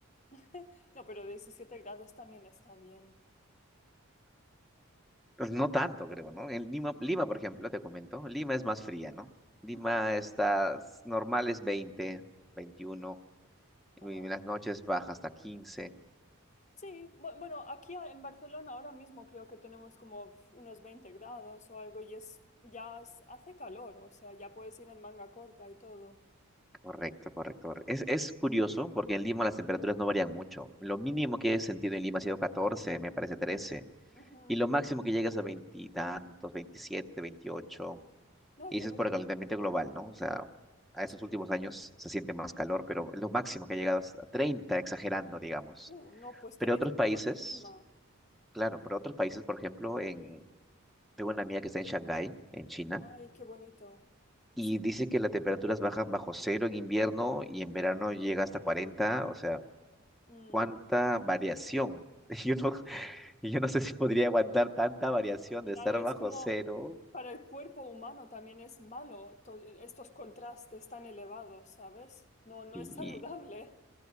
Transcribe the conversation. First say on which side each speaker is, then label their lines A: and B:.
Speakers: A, on the left; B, in the centre.
A: <laughs> No, pero 17 grados también está bien.
B: Pues no tanto, creo, ¿no? En Lima, Lima, por ejemplo, te comento, Lima es más fría, ¿no? Lima
A: Ujú.
B: está, s- normal es 20, 21. y
A: Ah,
B: en las noches baja hasta 15.
A: sí, bu- bueno, aquí a- en Barcelona ahora mismo creo que tenemos como pf, unos 20 grados o algo y es, ya es- hace calor, o sea, ya puedes ir en manga corta y todo.
B: Correcto, correcto. correcto. Es, es curioso porque en Lima las temperaturas no varían mucho. Lo mínimo que he sentido en Lima ha sido 14, me parece trece,
A: Ujú.
B: Y lo máximo que llegas a veintitantos, 27, 28.
A: No,
B: Y
A: tenés,
B: eso es por el calentamiento global, ¿no? O sea, a esos
A: sí.
B: últimos años se siente más calor, pero lo máximo que ha llegado es a 30, exagerando, digamos.
A: Uh, no, pues
B: Pero
A: tenéis
B: otros
A: muy
B: países,
A: buen clima.
B: claro, pero otros países, por ejemplo, en, tengo una amiga que está en Shanghái, en China,
A: Ay, qué bonito.
B: y
A: Sí.
B: dice que las temperaturas bajan bajo cero en invierno y en verano llega hasta 40, o sea,
A: Mm.
B: ¿cuánta variación? <laughs> Yo no, yo no sé
A: Y,
B: si podría aguantar tanta variación
A: claro,
B: de estar
A: es
B: bajo
A: como
B: cero.
A: para el cuerpo humano también es malo to- estos contrastes tan elevados, ¿sabes? No, no
B: Sí,
A: es saludable.